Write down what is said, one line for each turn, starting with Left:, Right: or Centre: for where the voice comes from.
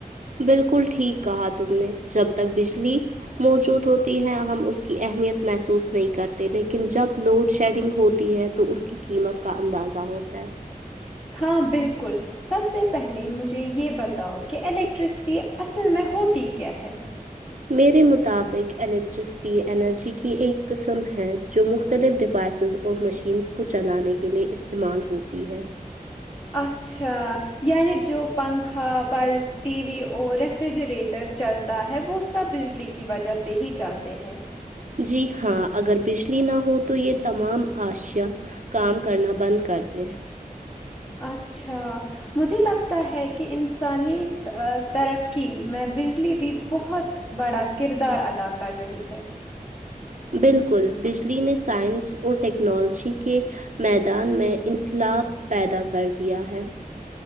Right: بالکل ٹھیک کہاں تم نے جب تک بجلی موجود ہوتی ہے ہم اس کی اہمیت محسوس نہیں کرتے لیکن جب لوڈ شیڈنگ ہوتی ہے تو اس کی قیمت کا اندازہ ہوتا ہے
Left: ہاں بالکل سب سے پہلے مجھے یہ بتاؤ کہ الیکٹرسٹی اصل میں ہوتی کیا ہے
Right: میرے مطابق الیکٹرسٹی انرجی کی ایک قسم ہے جو مختلف ڈیوائسز اور مشینس کو چلانے کے لیے استعمال ہوتی ہے
Left: اچھ ا یعنی جو پنکھا بلب ٹی وی اور ریفریجریٹر چلتا ہے وہ سب بجلی کی وجہ سے ہی چلتے ہیں
Right: جی ہاں اگر بجلی نہ ہو تو یہ تمام اشیاء کام کرنا بند کر دے
Left: اچھا مجھے لگتا ہے کہ انسانی ترقی میں بجلی بھی بہت بڑا کردار ادا کر رہی ہے
Right: بالکل بجلی نے سائنس اور ٹیکنالوجی کے میدان میں انقلاب پیدا کر دیا ہے